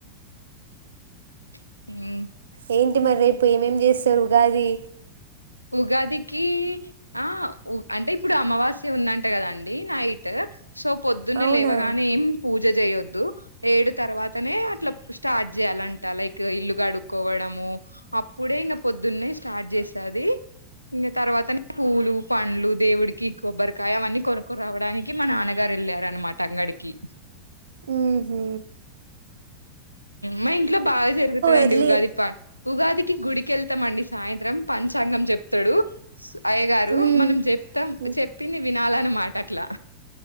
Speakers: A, on the left; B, on the right.
A: మ్
B: ఏంటి మరి రేపు ఏమేం చేస్తారు గది
A: ఉగాదికి ఆ అంటే ఇప్పుడు అమావాస్య ఉందంటే కదండి నైట్ సో పొద్దున్నే
B: అవునా
A: లేవగాననే ఏం పూజ చేయొద్దు, ఏడు తర్వాతనే అట్లా స్టార్ట్ చేయాలంట లైక్ ఇల్లు కడుక్కోవడము అప్పుడే ఇంకా పొద్దున్నే స్టార్ట్ చేసేది ఇంకా తర్వాతనే పూలు పండ్లు దేవుడికి కొబ్బరికాయ అవన్నీ కొనుక్కరావడానికి, మా నాన్నగారు వెళ్ళార అనమాట అంగడికి
B: ఉమ్మ్
A: మా ఇంట్లో బాగా జరుగుతుందండి
B: ఎర్లీ
A: ఉగాది పా ఉగాదికి గుడికిెళ్తామండి సాయంత్రం పంచాంగం చెప్తాడు అయ్య గారు
B: హ్మ్.
A: మనం చెప్తాం
B: హ్మ్.
A: చెప్పింది వినాలన మా మాటట్లా